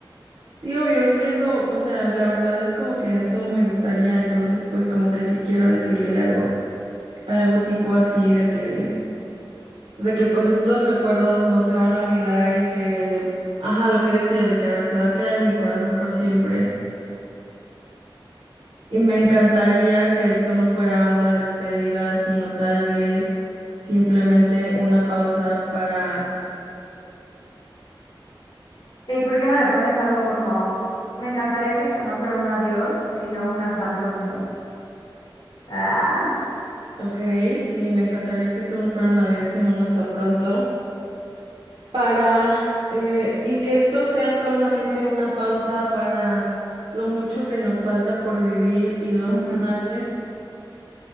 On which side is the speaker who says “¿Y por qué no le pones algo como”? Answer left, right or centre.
Left